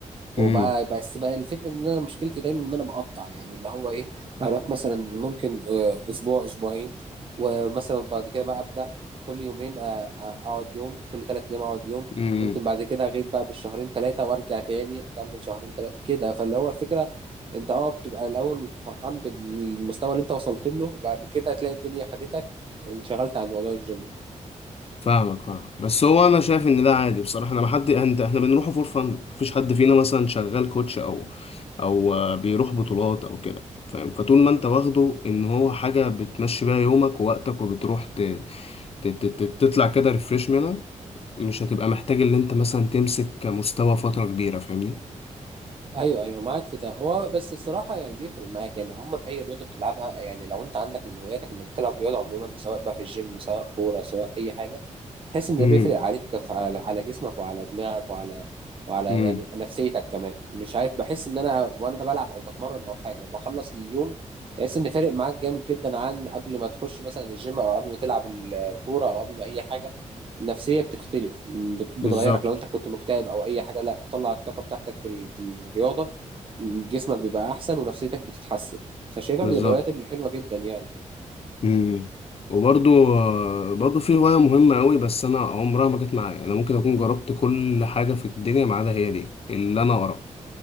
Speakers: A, on the right; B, on the left.
A: وبقى
B: امم
A: بس بقى الفكرة ان انا مشكلتي دايما ان انا بقطع يعني اللي هو ايه هروح مثلا ممكن آه، اسبوع اسبوعين ومثلا بعد كده بقى ابدا كل يومين آه، آه، اقعد يوم كل ثلاث ايام اقعد يوم
B: امم
A: ممكن بعد كده اغيب بقى بالشهرين ثلاثة وارجع تاني اكمل شهرين ثلاثة كده فاللي هو الفكرة انت اه بتبقى الاول فرحان بالمستوى اللي انت وصلت له وبعد كده تلاقي الدنيا خدتك انشغلت عن موضوع الجيم
B: فاهمك فاهمك بس هو انا شايف ان ده عادي بصراحه انا ما حد انت احنا بنروحه فور فن مفيش حد فينا مثلا شغال كوتش او او آه، بيروح بطولات او كده فاهم فطول ما انت واخده ان هو حاجه بتمشي بيها يومك ووقتك وبتروح ت... ت... ت... ت- تطلع كده ريفريش منها مش هتبقى محتاج ان انت مثلا تمسك مستوى فتره كبيره فاهمني
A: ايوه ايوه معاك في ده هو بس الصراحه يعني بيفرق معاك يعني عموما اي رياضه بتلعبها يعني لو انت عندك من هواياتك انك بتلعب رياضه عموما سواء بقى في الجيم سواء كوره سواء اي حاجه تحس ان ده
B: امم
A: بيفرق عليك ف- على على جسمك وعلى دماغك وعلى وعلى
B: امم
A: يعني نفسيتك كمان مش عارف بحس ان انا وانا بلعب او بتمرن او حاجه وبخلص اليوم تحس ان فارق معاك جامد جدا عن قبل ما تخش مثلا الجيم او قبل ما تلعب الكوره او قبل ما اي حاجه النفسيه بتختلف بت- بتغيرك
B: بالظبط
A: لو انت كنت مكتئب او اي حاجه لا تطلع الطاقه بتاعتك في ال- في الرياضه جسمك بيبقى احسن ونفسيتك بتتحسن فشايفها
B: بالظبط
A: من الهوايات الحلوه جدا يعني
B: امم وبرضو آه، برضو في هواية مهمة قوي بس أنا عمرها ما جت معايا أنا ممكن أكون جربت كل حاجة في الدنيا ما عدا هي دي اللي أنا ورا